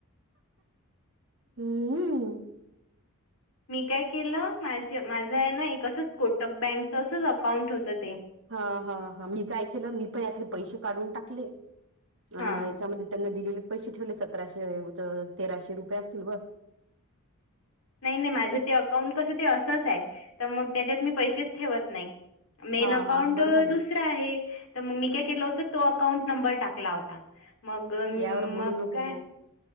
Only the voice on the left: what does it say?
मी काय केलं,, माझ, माझं आहे ना एक असंच कोटक बँकच असच अकाउंट होतं तेऽ
हां
नाही, नाही, माझं ते अकाउंट कसं ते असंच आहे,,, तर मग त्याच्यात मी पैसेच ठेवत नाही. मेन
अकाउंट
दुसरा आहे,, तर मग मी काय केलं होत तोऽ अकाउंट नंबर टाकला होता,, मग
म
कायऽ